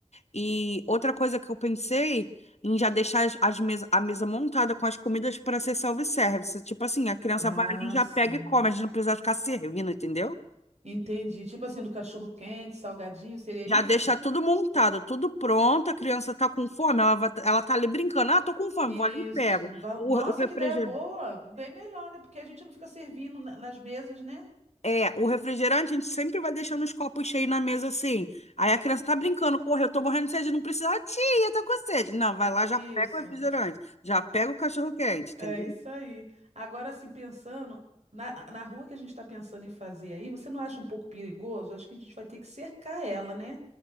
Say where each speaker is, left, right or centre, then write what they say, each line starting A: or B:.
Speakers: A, on the left; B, on the right.
A: E outra coisa que eu pensei em já deixar as, as mesa, a mesa montada com as comidas para ser self-service. Tipo assim, a criança
B: Ah,
A: vai ali, já
B: sim.
A: pega e come, a gente não precisa ficar servindo, entendeu?
B: Entendi. Tipo assim, do cachorro-quente, salgadinho, seria
A: Já
B: isso?
A: deixar tudo montado, tudo pronto, a criança tá com fome, ela, vai- ela tá ali brincando, ah, tô com fome,
B: Isso.
A: vou ali e pego.
B: Va-
A: O,
B: Nossa,
A: o refrigerante.
B: que ideia boa! Bem melhor, né? Porque a gente não fica servindo na- nas mesas, né?
A: É, o refrigerante a gente sempre vai deixando os copos cheios na mesa assim. Aí a criança tá brincando, porra, eu tô morrendo de sede, não precisa, Ah, tia, eu tô com sede. Não, vai lá,
B: Isso.
A: já pega o refrigerante,
B: <laughs>
A: já pega o cachorro-quente,
B: É
A: entendeu?
B: isso aí. Agora, assim, pensando na, na rua que a gente está pensando em fazer aí, você não acha um pouco perigoso? Acho que a gente vai ter que cercar ela, né?